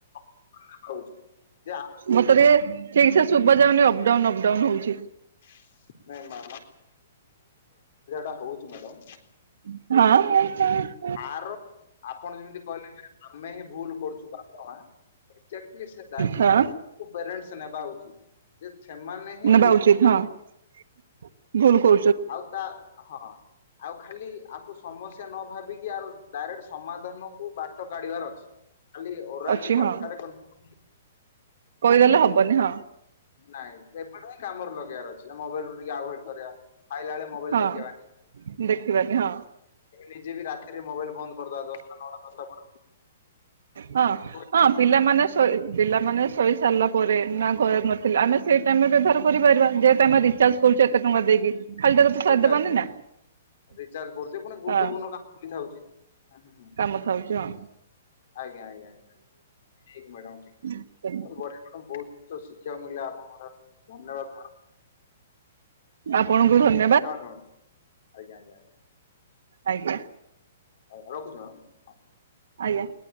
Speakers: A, on the left; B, on the right.
A: <unintelligible> <unintelligible>
B: ମୋତେ ଟିକେ ଠିକ୍ ସେ ଶୁଭ ଯାଉନି ଅପଡାଉନ୍ ଅପଡାଉନ୍ ହୋଉଚି।
A: <unintelligible> ଅସୁବିଧା ଟା ହୋଉଚି ମ୍ୟାଡ଼ାମ।
B: ହଁ <unintelligible>
A: ଆର ଆପଣ ଯେମିତି କଇଲେ ଯେ ଆମେ ହିଁ ଭୁଲ କରୁଚୁ ବାପ ମା। ଏକ୍ସାକ୍ଟଲି ସେ ଦାୟିତ୍ୱ
B: ହଁ
A: କୁ ପ୍ୟାରେଣ୍ଟସ ନେବା ଉଚିତ। ଯେ ସେମାନେ ହିଁ
B: ନେବା
A: ଭୁଲ
B: ଉଚିତ ହଁ ଭୁଲ କୋ
A: ଆଉ ତା ହଁ ଆଉ ଖାଲି ଆକୁ ସମସ୍ୟା ନ ଭାବିକି ଆର ଡାଇରେକ୍ଟ ସମାଧାନ କୁ ବାଟ କାଢିବାର ଅଛି ଖାଲି ଓରାଲି
B: ଅଛି
A: କଥାରେ
B: ହଁ।
A: କହିକି
B: କହିଦେଲେ ହବନି ହଁ।
A: ନାଇଁ ଏବେଠୁ ହିଁ କାମରେ ଲଗେଇବାର ଅଛି ନା ମୋବାଇଲ ରୁ ଟିକେ ଆଭୋଏଡ କରିବା ଖାଇଲା ବେଳେ ମୋବାଇଲ
B: ହଁ
A: ଦେଖେଇବାନି
B: ଦେଖିବାନି ହଁ
A: ନିଜେ ବି ରାତି ରେ ମୋବାଇଲ ବନ୍ଦ କରିଦବା ଦଶଟା ନଅଟ ଦଶ
B: ହଁ।
A: <unintelligible>
B: ହଁ ପିଲାମାନେ ପିଲାମାନେ ଶୋଇ ସାରିଲା ପରେ ନା ଘରେ ନଥିଲେ ଆମେ ସେଇ ଟାଇମରେ ବ୍ୟବହାର କରିପାରିବା ଯେହେତୁ ଆମେ ରିଚାର୍ଜ <unintelligible> ଟଙ୍କା ଦେଇକି ଖାଲିଟାରେ ତ
A: ରିଚାର୍ଜ
B: ସାରି <unintelligible>
A: ରିଚାର୍ଜ କରୁଛେ ପୁଣି
B: ହଁ।
A: <unintelligible>
B: କାମ ଥାଉଚି ହଁ।
A: ଆଜ୍ଞା ଆଜ୍ଞା ଠିକ୍ ମ୍ୟାଡ଼ାମ ଠିକ୍
B: ହଁ।
A: ଖୁବ୍ <unintelligible> ଉଚ୍ଚ ଶିକ୍ଷା ମିଳିଲା ଆପଣଙ୍କଠାରୁ ଧନ୍ୟବାଦ ମ୍ୟାଡ଼ାମ।
B: ଆପଣଙ୍କୁ ଧନ୍ୟବାଦ।
A: ଧନ୍ୟବାଦ ମ୍ୟାଡ଼ାମ ଆଜ୍ଞା ଆଜ୍ଞା ଆଜ୍ଞା।
B: ଆଜ୍ଞା।
A: ଆଉ ରଖୁଚି ମ୍ୟାଡ଼ାମ।
B: ଆଜ୍ଞା।